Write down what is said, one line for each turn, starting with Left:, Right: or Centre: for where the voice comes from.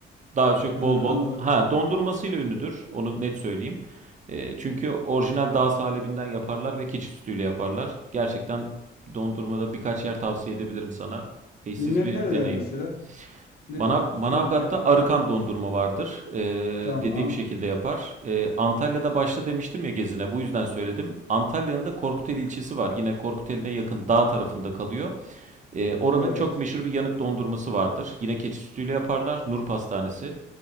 Right: Daha çok
Left: Ha,
Right: bol bol
Left: anladım.
Right: ha dondurmasıyla ünlüdür. Onu net söyleyeyim. Ee, çünkü orijinal dağ salebinden yaparlar ve keçi sütüyle yaparlar. Gerçekten dondurmada birkaç yer tavsiye edebilirim sana. Eşsiz
Left: Ne,
Right: bir
Left: nereler
Right: deneyim.
Left: mesela? Ne
Right: Manav-
Left: söyle
Right: Manavgat'ta
Left: de akıl.
Right: arıkan dondurma vardır. Ee,
Left: Tamam.
Right: dediğim şekilde yapar. Ee, Antalya'da başta demiştim ya gezine bu yüzden söyledim. Antalya'nın da Korkuteli ilçesi var. Yine Korkuteli'ne yakın dağ tarafında kalıyor. Ee, oranın
Left: Evet.
Right: çok meşhur bir yanık dondurması vardır. Yine keçi sütüyle yaparlar. Nur Pastanesi.